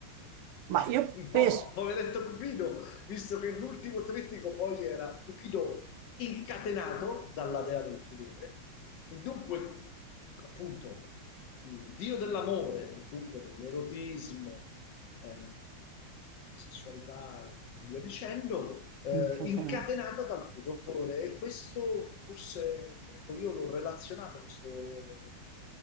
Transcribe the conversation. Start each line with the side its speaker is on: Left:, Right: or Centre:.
Left: Eh,
Right: Ma io
Left: No,
Right: penso,
Left: poveretto Cupido, visto che l'ultimo trittico poi era Cupido incatenato dalla dea del pudore, e dunque, appunto, il dio dell'amore, e dunque dell'erotismo, eh, sessualità e via dicendo, eh,
Right: incatenato.
Left: incatenata dal pudore. E questo forse, ecco, io l'ho relazionato a questo,